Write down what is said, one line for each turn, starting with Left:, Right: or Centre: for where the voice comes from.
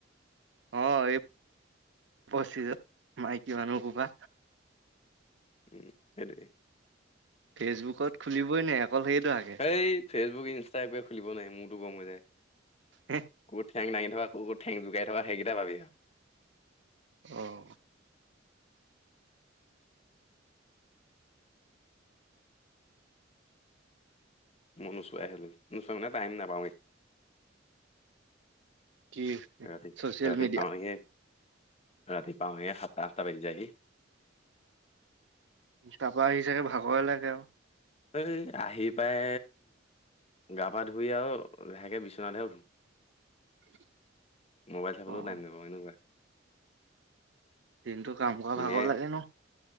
Right: অহ, এই পচিছ <unintelligible> মাইকী মানুহ সোপা।
Left: উম, সেইটোৱেই
Right: ফেচবুকত খুলিবই নাই অকল সেইটো আকে।
Left: এই ফেচবুক, ইনষ্টা এইবোৰ খুলিবই নোৱাৰি মোৰতো গৰম হৈ যায়।
Right: হে
Left: ক'ত ঠেং ডাঙি থকা কুকুৰ' ঠেং জোকাই থকা সেইকেইটা ভাবি আৰু
Right: অহ
Left: মই নোচোৱাই হলোঁ। নোচোৱা মানে টাইম নাপাওঁৱে।
Right: কি
Left: ৰাতি-
Right: ছচিয়েল
Left: ৰাতি
Right: মিডিয়া
Left: পাওঁহি হে। ৰাতি পাওঁহে সাত আঠতা বাজি যায় গে।
Right: তাৰপৰা আহি চাগে ভাগৰে লাগে আৰু।
Left: এই আহি পাই গা-পা ধুই আৰু লাহেকে বিচনাতহে উঠো।
Right: <unintelligible>
Left: মোবাইল চাবলৈও
Right: আৰু
Left: টাইম নাপাওঁ, এনেকুৱা।
Right: দিনটো কাম কৰা
Left: এনে
Right: ভাগৰ লাগে ন'।